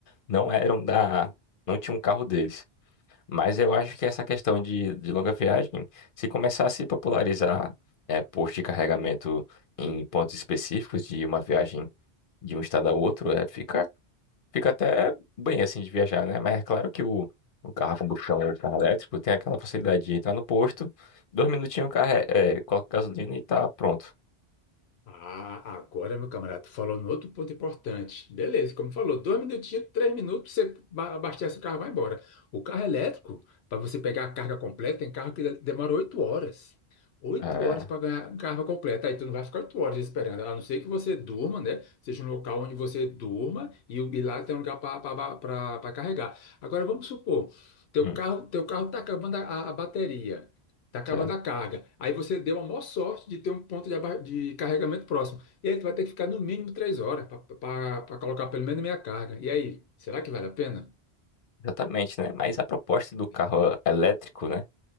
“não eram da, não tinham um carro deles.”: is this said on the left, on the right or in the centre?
Left